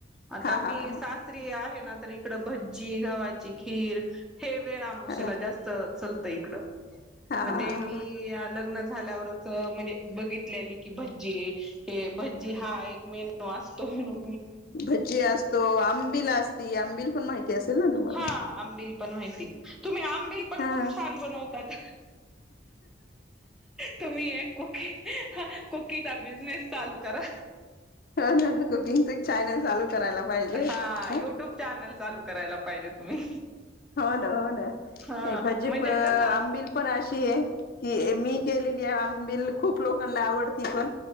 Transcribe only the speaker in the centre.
आता
मी
सासरी
आहे ना तर इकडं भज्जी, गव्हाची खीर हे वेळ आमोशाला
जास्त चलतंय इकड म्हण
ते
मी लग्न झाल्यावर म्हणजे बघितलेलं की भजी हे भजी हा एक मेनू असतो म्हण
हा आंबिल पण माहिती तुम्ही आंबिल पण
खूप छान बनवतात तुम्ही एक कुकी कुकीचा बिजनेस चालू करा
हा
युट्यूब चॅनल चालू करायला पाहिजे तुम्ही
हा
म्हणजे
कसं